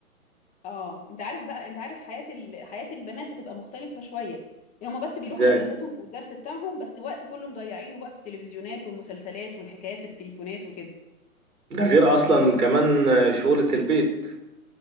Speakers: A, on the left; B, on the right.
A: اه انت عارف بقى انت عارف حياة ال... حياة البنات بتبقى مختلفة شوية يعني هما بس بيروحوا
B: ازاي
A: مدرستهم او الدرس بتاعهم بس وقت كله مضيعينه بقى في التلفزيونات والمسلسلات والحكايات في التليفونات وكده
B: ده غير اصلا كمان شغلة البيت